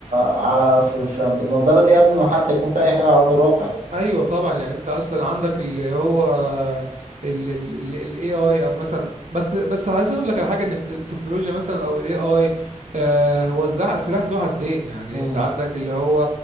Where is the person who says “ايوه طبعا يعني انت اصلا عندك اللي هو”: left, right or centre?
Right